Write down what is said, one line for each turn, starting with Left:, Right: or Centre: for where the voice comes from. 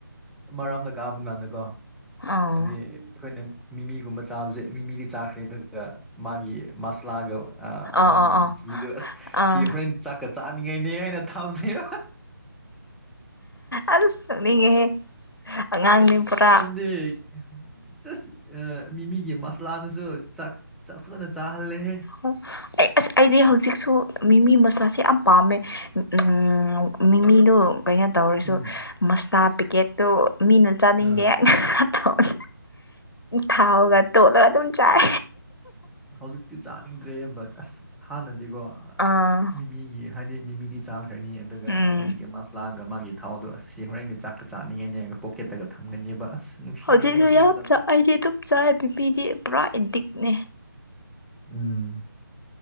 Centre: ꯃꯔꯥꯝꯗ ꯀꯥꯕ ꯀꯥꯟꯗꯀꯣ
Left: ꯑꯥ
Centre: ꯑꯗꯤ ꯑꯩꯈꯣꯏꯅ ꯃꯤꯃꯤꯒꯨꯝꯕ ꯆꯥꯕꯁꯦ ꯃꯤꯃꯤꯗꯤ ꯆꯥꯈ꯭ꯔꯦ ꯑꯗꯨꯒ ꯃꯥꯒꯤ ꯃꯁꯂꯥꯒ ꯑ ꯃꯥꯒꯤ
Left: ꯑꯥ ꯑꯥ ꯑꯥ
Centre: ꯒꯤꯗꯨꯣ ꯑꯁ
Left: ꯑꯥ
Centre: ꯁꯤ ꯍꯣꯔꯦꯟ ꯆꯥꯛꯀ ꯆꯥꯅꯤꯡꯉꯥꯏꯅꯦ ꯍꯥꯏꯅ ꯊꯝꯃꯦ
Left: ꯑꯁ ꯅꯣꯛꯅꯤꯡꯉꯦꯍꯦ ꯑꯉꯥꯡꯅꯦ ꯄꯨꯔꯥ
Centre: ꯗꯤ ꯖꯁ ꯃꯤꯃꯤꯒꯤ ꯃꯁꯂꯥꯗꯨꯁꯨ ꯆꯥꯛ ꯆꯥꯛ ꯐꯖꯅ ꯆꯥꯍꯜꯂꯦꯍꯦ
Left: ꯑꯣ ꯑꯩ ꯑꯁ ꯑꯩꯗꯤ ꯍꯧꯖꯤꯛꯁꯨ ꯃꯤꯃꯤ ꯃꯁꯂꯥꯁꯦ ꯌꯥꯝ ꯄꯥꯝꯃꯦ ꯎꯝ ꯃꯤꯃꯤꯗꯨ ꯀꯩꯅꯣ ꯇꯧꯔꯁꯨ
Centre: ꯎꯝ
Left: ꯃꯁꯇꯥ ꯄꯤꯀꯦꯠꯇꯨ ꯃꯤꯅ ꯆꯥꯅꯤꯡꯗꯦ
Centre: ꯑꯥ
Left: ꯑꯟꯏꯟꯇꯦꯜꯂꯤꯖꯦꯕꯜ ꯊꯥꯎꯒ ꯇꯣꯠꯂꯒ ꯑꯗꯨꯝ ꯆꯥꯏ
Centre: ꯍꯧꯖꯤꯛꯇꯤ ꯆꯥꯅꯤꯡꯗ꯭ꯔꯦ ꯕꯠ ꯑꯁ ꯍꯥꯟꯅꯗꯤꯀꯣ
Left: ꯑꯥ
Centre: ꯃꯤꯃꯤꯒꯤ ꯍꯥꯏꯗꯤ ꯃꯤꯃꯤꯗꯤ ꯆꯥꯈ꯭ꯔꯅꯤ ꯑꯗꯨꯒ
Left: ꯎꯝ
Centre: ꯍꯧꯖꯤꯛꯀꯤ ꯃꯥꯁ ꯂꯥꯛꯑꯒ ꯃꯥꯒꯤ ꯊꯥꯎꯗꯣ ꯑꯁꯤ ꯍꯣꯔꯦꯟꯒ ꯆꯥꯛꯀ ꯆꯥꯅꯤꯡꯉꯅꯦꯔꯒ ꯄꯣꯀꯦꯠꯇꯒ ꯊꯝꯒꯅꯦꯕ ꯑꯁ ꯅꯨꯡꯁꯤꯃꯜꯂꯦ
Left: ꯍꯧꯖꯤꯛꯁꯨ
Centre: ꯑꯗꯨ
Left: ꯌꯥꯝ
Centre: ꯃꯇꯝꯗꯤ
Left: ꯑꯩꯗꯤ ꯑꯗꯨꯝ ꯆꯥꯏ ꯃꯤꯃꯤꯗꯤ ꯄꯨꯔꯥ ꯑꯦꯗꯤꯛꯅꯦ
Centre: ꯎꯝ